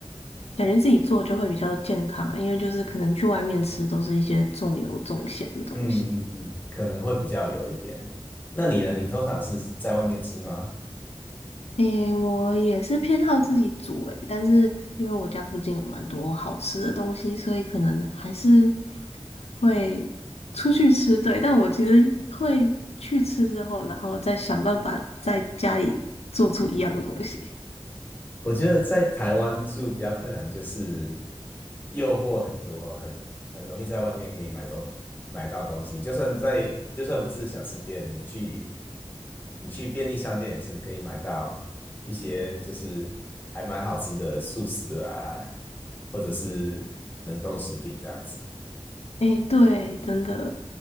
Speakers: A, on the left (about 80°); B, on the left (about 15°).
A: 感觉自己做就会比较健康啊，因为就是可能去外面吃都是一些重油重咸的东西。
B: 嗯嗯嗯，可能会比较有一点。那你呢？你通常是在外面吃吗？
A: 诶，我也是偏好自己煮诶，但是因为我家附近有蛮多好吃的东西，所以可能还是会出去吃，对，但我其实会去吃之后，然后再想办法在家里做出一样的东西。
B: 我觉得在台湾住比较困难，就是诱惑很多，很很容易在外面可以买东买到东西。就算在就算不是小吃店，你去你去便利商店也是可以买到一些就是还蛮好吃的素食啊，或者是冷冻食品这样子。
A: 诶，对，真的